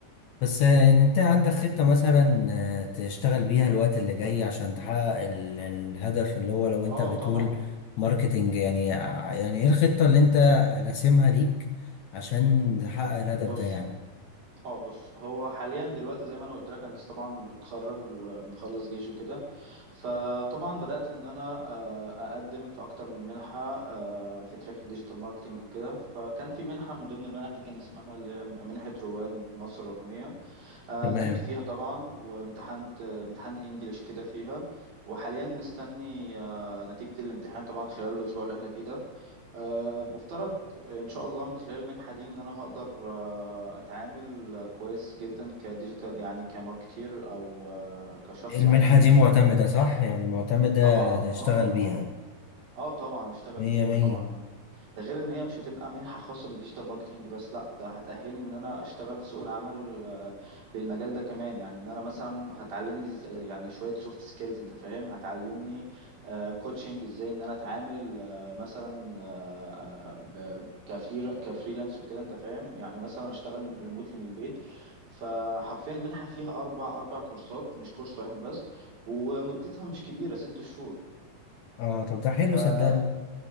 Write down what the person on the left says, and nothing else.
بس ان انت عندك خطة مثلا آه، تشتغل بيها الوقت اللي جاي عشان تحقق ال- الهدف اللي هو لو انت
بتقول
ماركتينج يعني ع- يعني ايه الخطة اللي انت راسمها ليك عشان تحقق الهدف
ده يعني
تمام
المنحة
دي معتمدة
صح يعني معتمدة
تشتغل
بيها
مية
مية
اه طب ده حلو
صدقني